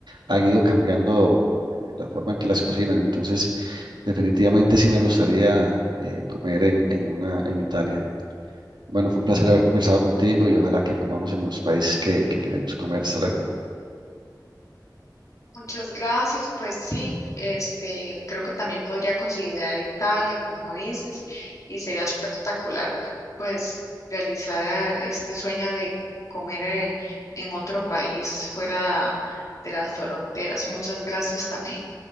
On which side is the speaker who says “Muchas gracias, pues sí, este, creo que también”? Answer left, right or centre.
Left